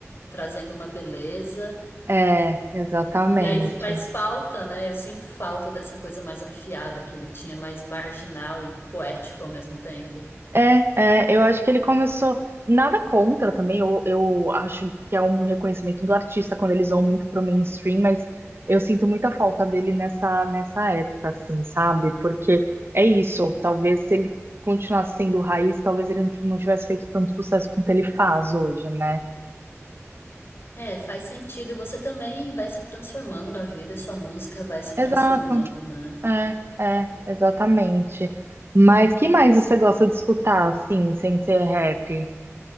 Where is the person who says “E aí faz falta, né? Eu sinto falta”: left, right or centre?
Left